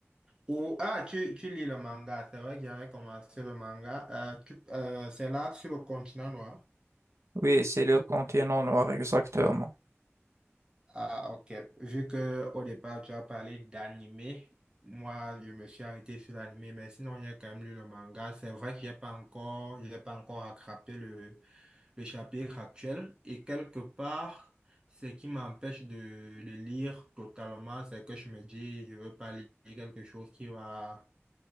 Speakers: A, on the right; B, on the right.
A: Ou, ah, tu, tu lis le manga. C'est vrai que j'avais commencé le manga. Euh, tu- euh, c'est l'arc sur le continent noir.
B: Oui, c'est le continent noir, exactement.
A: Ah, ok. Vu que au départ, tu as parlé d'animé, moi, je me suis arrêté sur l'animé, mais sinon, il y a quand même lu le manga. C'est vrai qu'il n'y a pas encore, il a pas encore attrapé le, le chapitre actuel. Et quelque part, ce qui m'empêche de le lire totalement, c'est que je me dis, je veux pas lire quelque chose qui va,